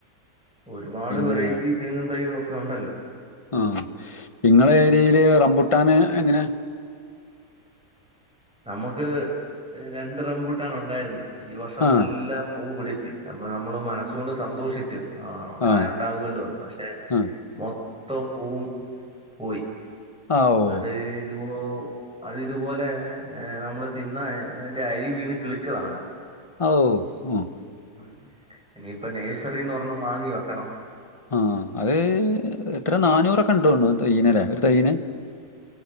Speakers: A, in the centre; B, on the left.
A: ഒരുപാട്
B: പിന്നെ
A: വെറൈറ്റി തെങ്ങും തൈകളൊക്കെ ഉണ്ടല്ലോ
B: ആ ഇങ്ങളെ ഏരിയയില് റംമ്പുട്ടാന് എങ്ങനെയാ?
A: നമ്മക്ക് രണ്ട് റംബൂട്ടാൻ ഒണ്ടായിരുന്ന് ഈ വർഷം
B: ആഹ്,
A: നല്ല പൂ പിടിച്ച് അപ്പൊ നമ്മള് മനസ്സുകൊണ്ട് സന്തോഷിച്ച് ആ കായ
B: ആഹ്,
A: ഒണ്ടാവല്ലോന്ന് പക്ഷെ
B: ആഹ്.
A: മൊത്തം പൂവും പോയി
B: ആ ഓ,
A: അത് ഇതി അത് ഇതുപോലെ നമ്മള് തിന്ന അതിന്റെ അരി വീണ് കിളിച്ചതാണ്
B: ഓ ആഹ്
A: ഉ ഇനിയിപ്പ നേഴ്സറിന്ന് ഒരെണ്ണം വാങ്ങി വെക്കണം.
B: ആഹ് അത് എത്ര നാനൂറൊക്കെ ഉണ്ടോന്ന്ണ് തൈയ്യനല്ലേ ഒരു തയ്യീന്?